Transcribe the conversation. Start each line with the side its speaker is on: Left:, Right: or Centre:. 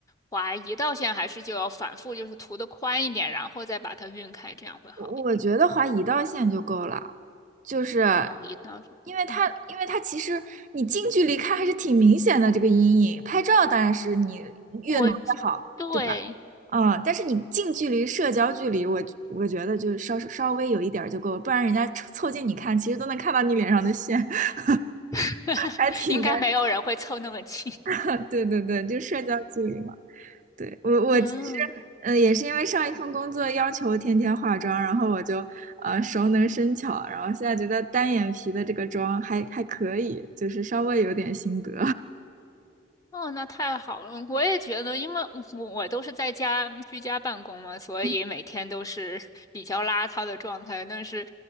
Left: 划一道线，还是就要反复，就是涂的宽一点，然后再把它晕开，这样会好一点。
Right: 我我觉得划一道线就够了，就是
Left: 嗯，一道上。
Right: 因为它，
Left: 嗯。
Right: 因为它其实你近距离看还是挺明显的这个阴影，拍照当然是你越浓越好，
Left: 我对，
Right: 对吧？嗯，但是你近距离社交距离，我我觉得就稍稍微有一点儿就够了，不然人家凑凑近你看，其实都能看到你脸上的线，<laughs>
Left: <laughs>
Right: 还挺尴
Left: 应该没有人会凑那么近。<laughs>
Right: 尬。<laughs> 对对对，就社交距离嘛。对，我我其实，
Left: 嗯，
Right: 呃，也是因为上一份工作要求天天化妆，然后我就呃熟能生巧，然后现在觉得单眼皮的这个妆还还可以，就是稍微有点心得。
Left: 哦，那太好了！我也觉得，因为我我都是在家居家办公嘛，所以每天都是
Right: <laughs>
Left: <laughs> 比较邋遢的状态。但是，